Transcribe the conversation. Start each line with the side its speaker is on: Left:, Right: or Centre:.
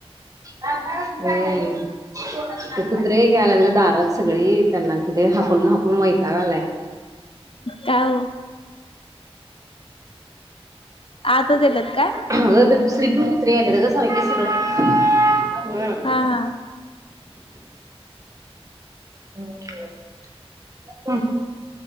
Right: हम्म ते कुञ एक यायला लागलीत दारात सगळी त्यांना की ते हाकलून हाकलून वैताग आलाय.
Left: का ओ? आताच येतात काय?
Right: अग दुसरी पण कुत्रे येतात ग सारखे सारखे
Left: हा हा
Right: <unintelligible>